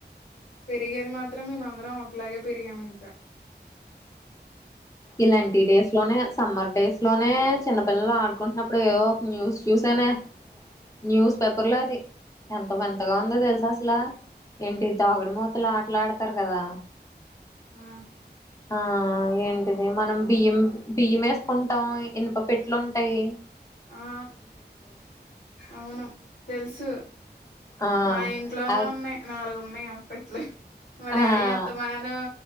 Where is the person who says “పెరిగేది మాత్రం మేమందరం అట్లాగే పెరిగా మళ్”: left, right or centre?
Left